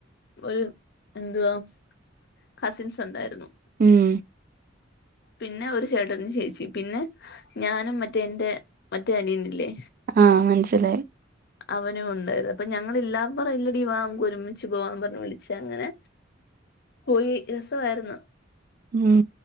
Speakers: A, on the left; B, on the right.
A: ഒരു എന്തുവാ കസിൻസ് ണ്ടായിര്ന്നു
B: ഉം
A: പിന്നെ ഒരു ചേട്ടനും ചേച്ചിം പിന്നെ ഞാനും മറ്റേ എന്റെ മറ്റേ അനിയന്ല്ലേ
B: ആ മൻസ്സിലായി
A: അവനു ണ്ടായിരുന്നു അപ്പൊ ഞങ്ങളില്ലാ പറയില്ലടി വാ മ്മക്കൊരുമിച്ച് പോവാ പർഞ്ഞ് വിളിച്ചാ ങ്ങനെ പോയി രസവായിര്ന്നു
B: ഉം